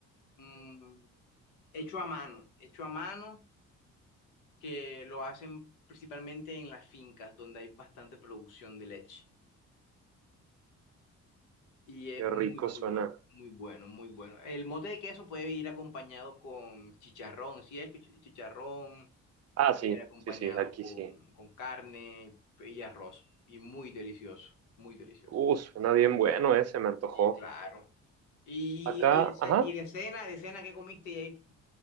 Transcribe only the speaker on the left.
mm, hecho a mano, hecho a mano que lo hacen principalmente en las fincas donde hay bastante producción de leche. Y es
muy, muy
bueno, muy bueno, muy bueno. El mote de queso puede ir acompañado con chicharrón, si es chi- chicharrón,
puede ir acompañado
con,
con carne y arroz. Y muy delicioso, muy delicioso.
Y claro. Y,
y, de ce-
y de cena, de cena que comiste, y hay